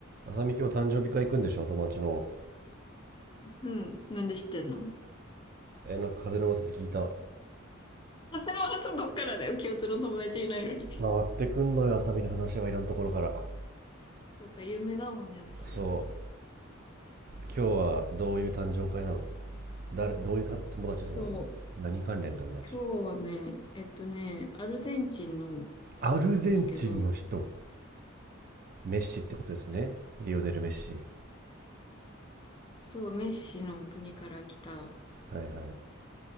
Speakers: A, on the right (about 45°); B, on the left (about 25°).
A: あさみ今日誕生日会行くんでしょ友達の。
B: うん。なんで知ってんの
A: え、なんか風の噂で聞いた。
B: あそれはさ、どっからだよ。共通の友達いないのに。
A: 回ってくんのよ、あさみの話はいらんところから。
B: そっか、有名だもんね、私。
A: そう。今日はどういう誕生会なの
B: ね、
A: 誰、どういうた友達そもそも。
B: 今日、
A: 何関連友達
B: 今日はね、えっとね、アルゼンチンの人なんだけど、
A: アルゼンチンの人。メッシってことですね。リオネル・メッシ。
B: そう、メッシの国から来た
A: はいはい。